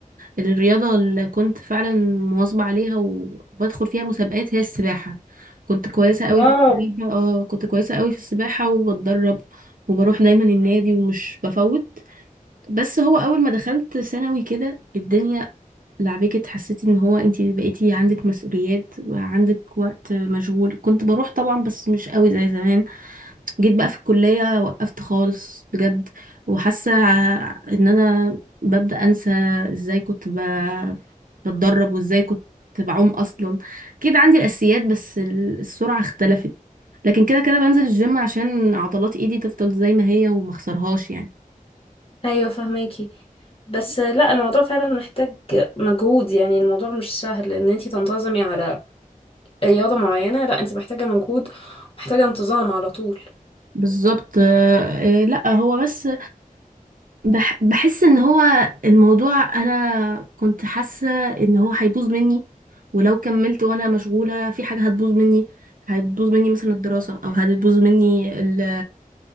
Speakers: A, on the right; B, on the left.
A: الرياضة اللي كنت فعلا مواظبة عليها وبدخل فيها مسابقات هي السباحة كنت كويسة قوي
B: واو
A: في السباحة اه كنت كويسة قوي في السباحة وبتدرب وبروح دايما النادي ومش بفوت بس هو اول ما دخلت ثانوي كده الدنيا لعبكت حسيتي ان هو انتي بقيتي عندك مسؤوليات وعندك وقت مشغول كنت بروح طبعا بس مش قوي زي زمان جيت بقى في الكلية وقفت خالص بجد وحاسة ع- ان انا ببدأ انسى ازاي كنت ب... بتدرب وازاي كنت بعوم اصلا اكيد عندي الاساسيات بس ال- السرعة اختلفت لكن كده كده بنزل الجيم عشان عضلات ايدي تفضل زي ما هي وما اخسرهاش يعني
B: ايوه فهماكي بس لا الموضوع فعلا محتاج مجهود يعني الموضوع مش سهل ان انتي تنتظمي على رياضة معينة لا انت محتاجة مجهود ومحتاجة انتظام على طول
A: بالظبط آه، آه، لا هو بس بح بحس ان هو الموضوع انا كنت حاسه ان هو هيبوظ مني ولو كملت وانا مشغوله في حاجه هتبوظ مني هتبوظ مني مثلا الدراسه او هتبوظ مني ال